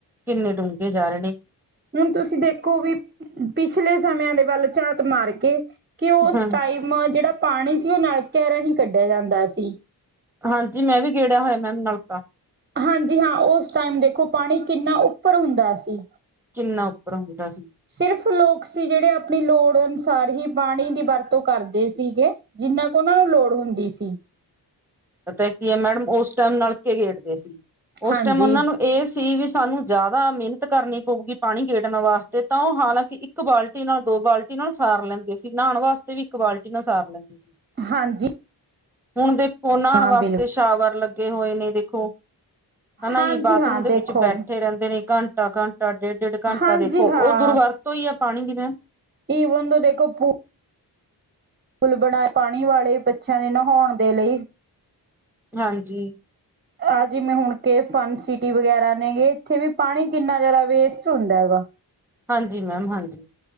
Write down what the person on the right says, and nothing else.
ਹੁਨ ਤੁਸੀਂ ਦੇਖੋ ਵੀ ਪਿਛਲੇ ਸਮਿਆਂ ਦੇ ਵੱਲ ਝਾਤ ਮਾਰ ਕੇ ਕੇ ਓਸ
ਟਾਈ ਮ ਜੇੜਾ ਪਾਨੀ ਸੀ ਓ ਨਲਕਿਆਂ ਰਾਹੀਂ ਕੱਡੇਆ ਜਾਂਦਾ ਸੀ।
ਹਾਂਜੀ ਹਾਂ, ਓਸ ਟਾਈਮ ਦੇਖੋ ਪਾਨੀ ਕਿੰਨਾ ਉੱਪਰ ਹੁੰਦਾ ਸੀ।
ਸਿਰਫ਼ ਲੋਕ ਸੀ ਜੇੜੇ ਆਪਨੀ ਲੋੜ ਅਨੁਸਾਰ ਹੀ ਪਾਨੀ ਦੀ ਵਰਤੋਂ ਕਰਦੇ ਸੀਗੇ। ਜਿੰਨਾ ਕ ਓਨਾ ਨੂੰ ਲੋੜ ਹੁੰਦੀ ਸੀ।
ਹਾਂਜੀ
ਹਾਂਜੀ।
ਹਾਂ
ਬਿਲਕੁਲ
ਹਾਂਜੀ
ਹਾਂ
ਦੇਖੋ
ਹਾਂਜੀ
ਹਾਂ
ਈਵਨ ਨੇ ਦੇਖੋ ਫੂ ਪੁਲ ਬਨਾਏਆ ਪਾਨੀ ਵਾਲੇ ਬੱਚੇਆਂ ਦੇ ਨਹੌਨ ਦੇ ਲਈ।
ਆਹ ਜਿਵੇਂ ਹੁਨ ਕੇ ਫਨਸਿਟੀ ਵਗੈਰਾ ਨੇ ਏਥੇ ਵੀ ਪਾਨੀ ਕਿੰਨਾ ਜਾਦਾ ਵੇਸਟ ਹੁੰਦਾ ਹੈਗਾ।